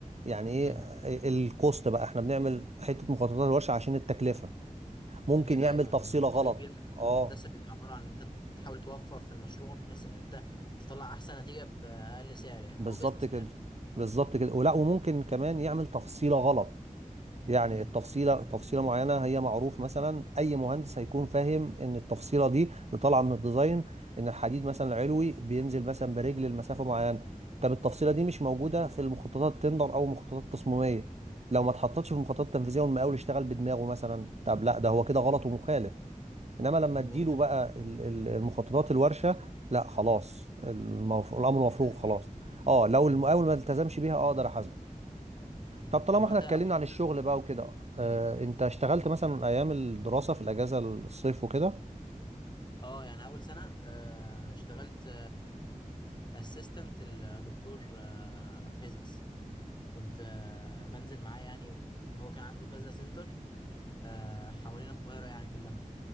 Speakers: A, on the right; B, on the left.
A: يعني ايه
B: مم.
A: آه، الكوست بقى احنا بنعمل حته مخططات الورشه عشان التكلفه ممكن
B: تكلفة
A: يعمل
B: أيوة
A: تفصيله
B: إن
A: غلط
B: جزء كبير من
A: اه
B: الهندسة بيبقى عبارة عن إن أنت تحاول توفر في المشروع بحيث إن أنت تطلع أحسن نتيجة بأقل سعر يعني
A: بالظبط
B: هو بيزنس
A: كده
B: في الآخر
A: بالظبط كده ولا وممكن كمان يعمل تفصيله غلط يعني
B: مم.
A: التفصيله تفصيله معينه هي معروف مثلا اي مهندس هيكون فاهم ان التفصيله دي اللي طالعه من الديزاين ان الحديد مثلا العلوي بينزل مثلا برجل لمسافه معينه طب التفصيله دي مش موجوده في المخططات التندر او المخططات التصميميه لو ما اتحطتش
B: مم.
A: في المخططات التنفيذيه والمقاول اشتغل بدماغه مثلا طب لا ده هو كده غلط ومخالف انما لما
B: مظبوط
A: اديله
B: أيوة
A: بقى ال- ال- المخططات الورشه لا خلاص المف... الامر
B: التزم
A: مفروغ خلاص
B: بيها
A: اه لو
B: مم.
A: المقاول ما التزمش بيها اقدر احاسبه
B: مم.
A: طب طالما
B: طب وأنت
A: احنا اتكلمنا
B: أول
A: عن
B: مثلا
A: الشغل بقى وكده اه انت اشتغلت مثلا ايام الدراسة في الاجازة الصيف وكده
B: أه يعني أول سنة آه، اشتغلت أسيستنت الدكتور فيزيكس كنت آه، بنزل معاه يعني وهو كان عنده كذا سنتر آه، حوالين القاهرة يعني كلها